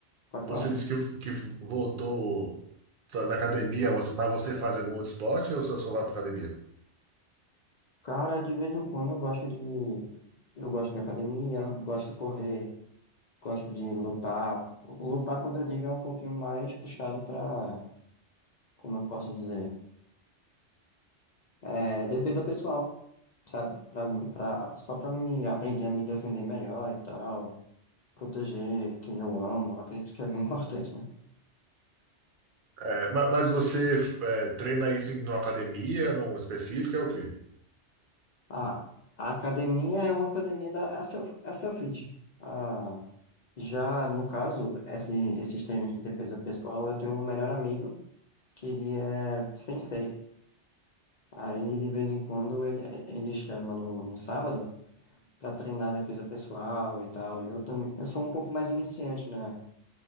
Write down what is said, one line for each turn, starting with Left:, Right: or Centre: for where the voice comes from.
Left: pode
Right: você
Left: falar.
Right: disse que, que voltou tá na academia, você- mas você faz algum outro esporte ou você só vai para academia?
Left: Cara, de vez em quando eu gosto de. Eu gosto de academia, gosto de correr, gosto de lutar. Lutar, quando eu digo, é um pouquinho mais puxado pra como eu posso dizer, é, defesa pessoal, sabe? Pra, mim- pra, só para me aprender a me defender melhor e tal, proteger quem eu amo, acredito que é bem <laughs> importante, né?
Right: É, ma- mas você é, treina isso em numa academia, num específico, é o quê?
Left: Ah, a academia é uma academia da é a self, é a self-fit. Ah, já no caso, esse, esses treinos de defesa pessoal, eu tenho um melhor amigo que ele é sensei. Aí de vez em quando ele, ele chama no, no sábado para treinar defesa pessoal e tal. E eu também, eu sou um pouco mais iniciante, né?